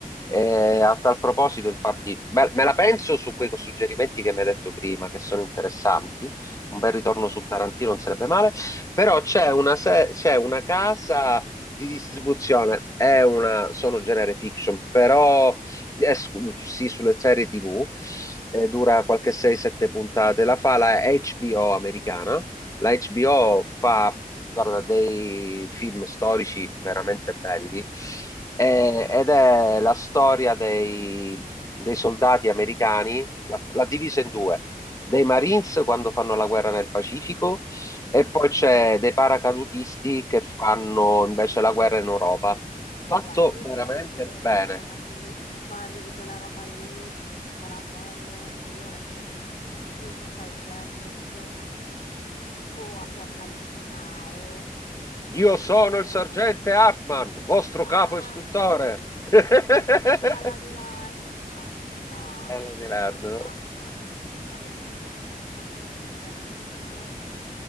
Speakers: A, on the left; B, on the left.
A: Eh, a tal proposito, infatti, beh, me la penso su quei suggerimenti che mi hai detto prima, che sono interessanti. Un bel ritorno su Tarantino non sarebbe male, però c'è una, se- c'è una casa di distribuzione, è una, sono genere fiction, però eh, scu- sì, sulle serie TV, eh,
B: Mm?
A: dura qualche 6-7 puntate, la fa la HBO americana la HBO
B: Mm?
A: fa, guarda, dei film storici veramente belli
B: Mm?
A: eh, ed è la storia dei, dei soldati americani, la- l'ha divisa in due,
B: Eh?
A: dei Marines quando fanno la guerra nel Pacifico e poi c'è dei paracadutisti che fanno invece la guerra in Europa. Fatto
B: Guarda, io
A: veramente
B: ti voglio bene,
A: bene.
B: ma se mi parli di quella roba lì, saranno belle, ma io resto fissa su Full Metal Jacket o Apocalypse Now
A: Io
B: o...
A: sono il sergente Hartman, vostro
B: Ma...
A: capo istruttore. <laughs>
B: Palla di Lardo, fantastico,
A: Bella di Lerdo.
B: fantastico. Mi è piaciuto tantissimo anche Schindler List,